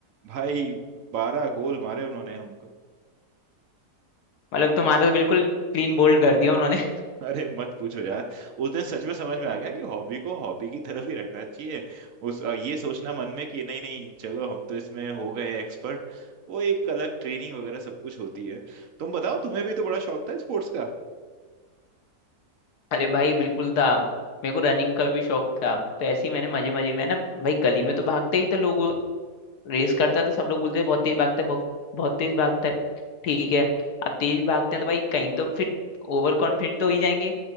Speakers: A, on the right; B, on the left.
A: भाई बारह गोल मारे उन्होंने हमको
B: मतलब तुम्हारा तो बिल्कुल क्लीन बोल्ड कर दिया उन्होंने
A: <laughs> अरे मत पूछो यार उस दिन सच में समझ में आ गया कि हॉबी को हॉबी की तरफ ही रखना चाहिए उस ये सोचना मन में कि नहीं नहीं चलो हम तो इसमें हो गए हैं एक्सपर्ट वो एक अलग ट्रेनिंग वगैरह सब कुछ होती है तुम बताओ तुम्हें भी तो बड़ा शौक था स्पोर्ट्स का
B: <laughs> अरे भाई बिल्कुल था मेरे को रनिंग का भी शौक था तो ऐसे ही मैंने मजे मजे में ना भाई गली में तो भागते ही थे लोग रेस करता है तो सब लोग बोलते हैं बहुत तेज भागता है बहुत बहुत तेज भागता है ठीक है अब तेज भागते हैं तो भाई कहीं तो फिर ओवर कॉन्फिडेंट तो हो ही जाएंगे